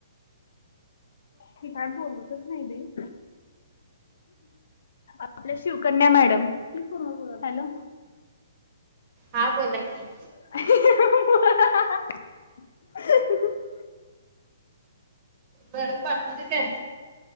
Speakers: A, on the left; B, on the right.
A: ती काय बोलतच नाही बाई. आपल्या शिवकन्या मॅडम हॅलो
B: हां बोला की.
A: <inaudible>
B: मॅडम पाटूदे काय?